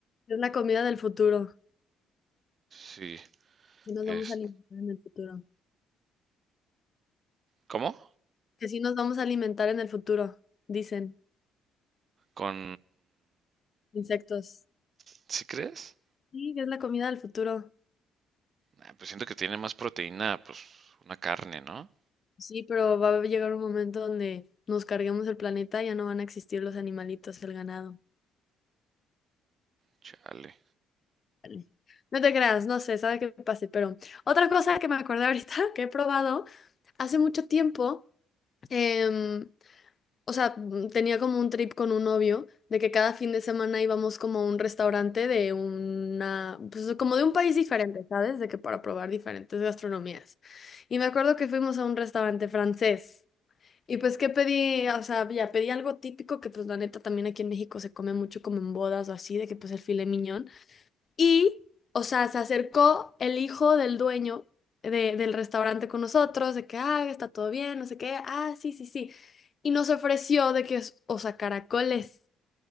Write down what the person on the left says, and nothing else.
Es la comida del futuro.
Y nos
vamos a alimentar en el futuro.
que sí nos vamos a alimentar en el futuro, dicen,
insectos.
Sí, que es la comida del futuro.
Sí, pero va a llegar un momento donde nos carguemos el planeta y ya no van a existir los animalitos, el ganado.
Vale. No te creas, no sé, sabe qué pase, pero otra cosa que me acordé ahorita <laughs> que he probado hace mucho tiempo. em, o sea, mm, tenía como un trip con un novio de que cada fin de semana íbamos como a un restaurante de una, pues como de un país diferente, ¿sabes? De que para probar diferentes gastronomías. Y me acuerdo que fuimos a un restaurante francés. Y pues, ¿qué pedí? O sea, ya pedí algo típico que pues la neta también aquí en México se come mucho como en bodas o así, de que pues el filet mignon. Y, o sea, se acercó el hijo del dueño de- del restaurante con nosotros, de que, ah, está todo bien, no sé qué, ah, sí, sí, sí. Y nos ofreció de que, o sea, caracoles.